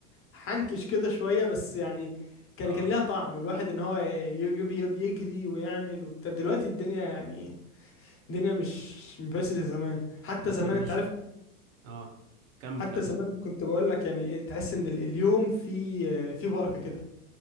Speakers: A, on the left; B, on the right.
A: بنحنكش كده شوية بس يعني كان
B: اه
A: كان ليها طعم الواحد ان هو ي- ي- بي- بيجري ويعمل وبتاع دلوقتي الدنيا يعني الدنيا مش مبقتش زي زمان حتى
B: ما
A: زمان
B: كنت مش
A: انت عارف
B: اه كمل
A: حتى
B: كمل
A: زمان كنت بقول لك يعني إيه، تحس ان ال- اليوم في في بركة كده